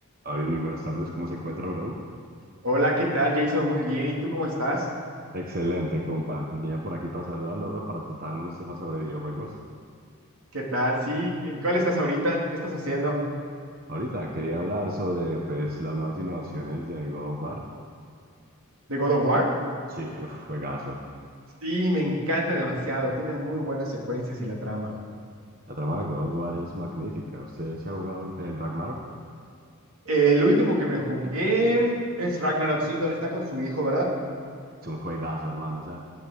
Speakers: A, on the right; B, on the right.
A: David, muy buenas tardes, ¿cómo se encuentra, bro?
B: Hola, ¿qué tal, Jason? Muy bien. ¿Y tú cómo estás?
A: Excelente, compa. Venía por aquí para saludarlo al para tratar unos temas sobre videojuegos.
B: ¿Qué tal? Sí, ¿en cuál estás ahorita? ¿Qué estás haciendo?
A: Ahorita quería hablar sobre pues, las nuevas innovaciones de God of War.
B: ¿De God of War?
A: Sí, uf, juegazo.
B: Sí, me encanta demasiado. Tiene muy buenas secuencias y la trama.
A: La trama de God of War es magnífica. ¿Usted se ha jugado el Ragnarok?
B: El último que me jugué es Ragnarok, sí, donde está con su hijo, ¿verdad?
A: Es un juegazo, hermano. O sea,